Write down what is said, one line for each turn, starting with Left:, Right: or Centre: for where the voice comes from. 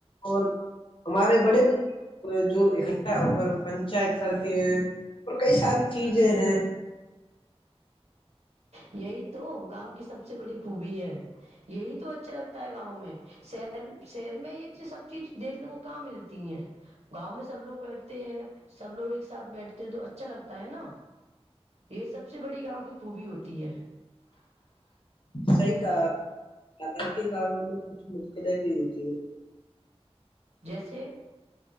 Left: اور ہمارے بڑے بزرگ جو اکٹھا ہو کر پنچایت کرتے ہیں اور کئی ساری چیزیں ہیں
Right: یہی تو گاؤں کی سب سے بڑی خوبی ہے یہی تو ا لگتا ہے گاؤں میں شہر شیر میں ہی چ سب چیز دیکنے کو کہاں ملتی ہے گاؤں میں سب لوگ بیٹھتے ہیں سب لوگ ایک ساتھ بیٹھ تو اچھا لگتا ہے نا یہ سب سے بڑی گاؤں کی خوبی ہوتی تی ہے
Left: صحی کہ حالانکہ گاؤوں میں کچھ مشکلیں بھی ہوتی ہیں
Right: جیسے